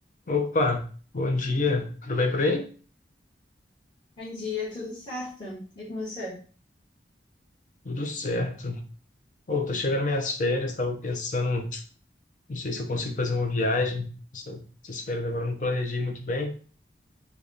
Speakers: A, on the left; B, on the left.
A: Opa, bom dia. Tudo bem por aí?
B: Bom dia, tudo certo? E com você?
A: Tudo certo. Pô, tô chegando minhas férias, tava pensando, não sei se eu consigo fazer uma viagem. Essa- Essas férias agora eu não planejei muito bem.